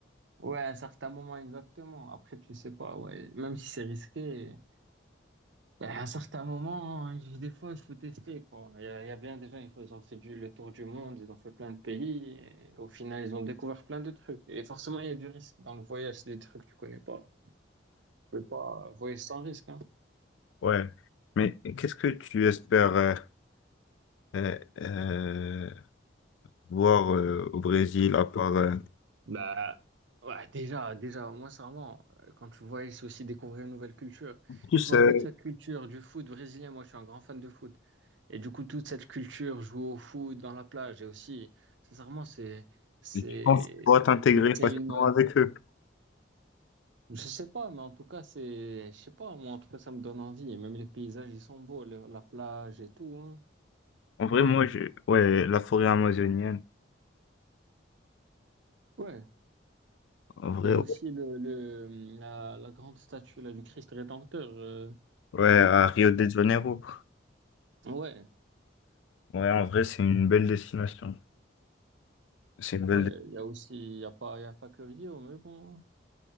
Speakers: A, on the right; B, on the left.
A: Ouais, à un certain moment, exactement. Après, tu sais pas, ouais. Même si c'est risqué. À un certain moment, hein, des fois, il faut tester, quoi. Il y a, il y a bien des gens, ils font- ils ont fait du- le tour du monde, ils ont fait plein de pays, et au final, ils ont découvert plein de trucs. Et forcément, il y a du risque. Dans le voyage, c'est des trucs que tu connais pas. Tu peux pas voyager sans risque, hein.
B: Ouais. Mais qu'est-ce que tu espères euh, euh, euh, voir euh, au Brésil à part euh,
A: Bah, ouais, déjà, déjà, moi, sincèrement, euh, quand tu voyages, c'est aussi découvrir une nouvelle culture.
B: tous
A: Et tu vois,
B: euh,
A: toute cette culture du foot brésilien, moi, je suis un grand fan de foot. Et du coup, toute cette culture, jouer au foot dans la plage, et aussi, sincèrement, c'est, c'est,
B: et tu penses pouvoir t'intégrer
A: c'est
B: facilement
A: une,
B: avec eux?
A: Je sais pas, mais en tout cas, c'est, je sais pas, moi, en tout cas, ça me donne envie. Et même les paysages, ils sont beaux, le- la plage et tout, hein.
B: En vrai, moi, je... ouais, la forêt amazonienne.
A: Ouais.
B: En vrai,
A: Il y a
B: ouais,
A: aussi le, le, la, la grande statue, là, du Christ Rédempteur. euh.
B: Ouais, à Rio de Janeiro.
A: Ouais.
B: Ouais, en vrai, c'est une belle destination. C'est une belle.
A: Ouais.
B: dé-
A: Il y a aussi, il y a pas, il y a pas que Rio, mais bon. hein.